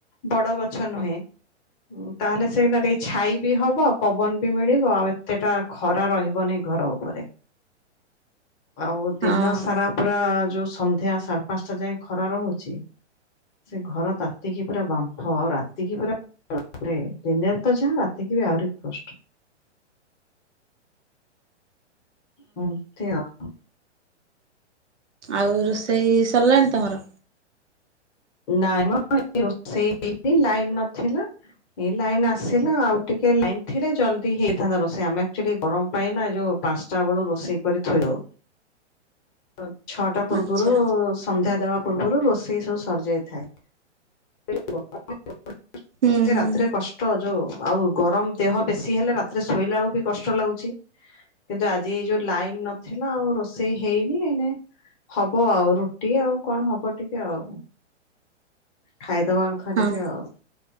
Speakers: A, on the left (about 30°); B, on the right (about 75°).
A: ବଡ଼ ଗଛ ନୁହେଁ। ଉଁ ତାହେଲେ ସେଟା ଟିକେ ଛାଇ ବି ହବ। ପବନ ବି ମିଳିବ ଆଉ ଏତେଟା ଖରା ରହିବନି ଘର ଉପରେ। ଆଉ ଦିନ
B: ହଁ
A: ସାରା ପୁରା ଯୋଉ ସନ୍ଧ୍ୟା ସାର୍ ପାଞ୍ଚଟା ଯାଏ ଖରା ରହୁଚି ସେ ଘର ତାତିକି ପୁରା ବା ହଁ ଆଉ ରାତିକି ପୁରା ବାପ ରେ ଦିନେରେ ତ ଯାହା ରାତିକି ବି ଆହୁରି କଷ୍ଟ। ହଁ ଏମତି ଆଉ।
B: ଆଉ ରୋଷେଇ ସରିଲାଣି ତମର?
A: ନାଇଁ ମ <unintelligible> ଲାଇନ୍ ନଥିଲା। ଏଇ ଲାଇନ ଆସିଲା ଆଉ ଟିକେ ଲାଇନ ଥିଲେ ଜଲଦି ହେଇଥାନ୍ତା ରୋଷେଇ। ଆମେ ଏକ୍ଚୁଆଲି ଗରମ ପାଇଁ ନା ଯୋଉ ପାଞ୍ଚଟା ବେଳୁ ରୋଷେଇ କରି ଥୋଇଦଉ। ର ଛଅଟା ପୂର୍ବରୁ
B: ଆଚ୍ଛା
A: ସନ୍ଧ୍ୟା ଦବା ପୂର୍ବରୁ ରୋଷେଇ ସବୁ ସରିଯାଇଥାଏ। <unintelligible>
B: ହୁଁ ହୁଁ
A: ରାତି ରେ କଷ୍ଟ୍ ଟ ଯୋଉ ଆଉ ଗରମ ଦେହ ବେଶୀ ହେଲେ ରାତିରେ ଶୋଇଲା ବେଳକୁ ବି କଷ୍ଟ ଲାଗୁଚି। କିନ୍ତୁ ଆଜି ଏଇ ଯୋଉ ଲାଇନ ନଥିଲା ଆଉ ରୋଷେଇ ହେଇନି ଏଇନେ ହବ ଆଉ ରୁଟି ଆଉ କଣ ହବ ଟିକେ ଆଉ। ଖାଇଦବାକୁ ଧରିକି
B: ହଁ
A: ଆଉ